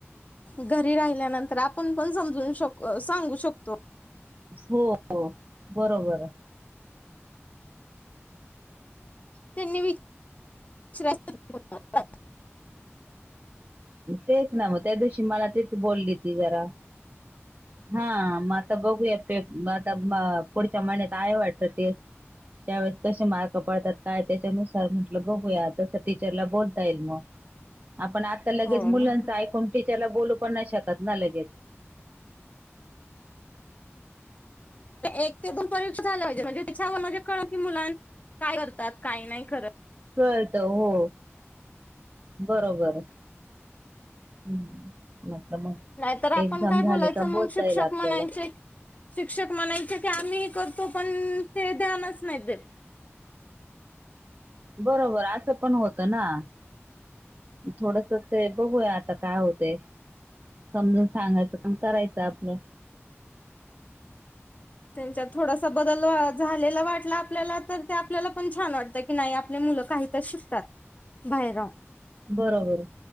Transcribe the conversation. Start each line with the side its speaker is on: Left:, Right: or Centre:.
Left: घरी राहिल्यानंतर, आपण पण समजून शक सांगू शकतो.
Right: हो. बरोबरय.
Left: त्यांनी विच <unintelligible>
Right: तेच ना मग. त्या दिवशी मला, तेच बोलली ती जरा. हा, मग आता बघूया. पेप आता पुढच्या महिन्यात आहे वाटतं टेस्ट. त्यावेेळेस कसे मार्क पडतात, काय. त्याच्यानुसार म्हटलं, बघूया. तसं टीचरला बोलता येईल मग. आपण आता लगेच
Left: हो
Right: मुलांच
Left: मग
Right: ऐकून. टीचरला बोलू पण नाही शकत ना, लगेच.
Left: एक ते दोन परीक्षा झाल्या म्हणजे, तिच्यावरून, म्हणजे कळल की, मुलां काय करतात काही नाही करत
Right: कळत हो बरोबर ह् म नसल्यामुळे
Left: नाहीतर आपण
Right: एक्झाम
Left: काय
Right: झाली
Left: बोलायचं
Right: तर बोलता
Left: मग शिक्षक
Right: येईल, आपल्याला
Left: म्हणायचे शिक्षक म्हणायचे की आम्ही करतो पण ते ध्यानच नाहीत देत
Right: बरोबर असं पण होतं ना, थोडस ते बघूया, आता काय होतय. समजून सांगायचं पण करायचं आपलं
Left: त्यांच्यात थोडासा बदल झालेला वाटला, आपल्याला तर ते आपल्याला पण छान वाटत. की नाही आपले मुलं काहीत शिकतात बाहेर राहून,
Right: बरोबर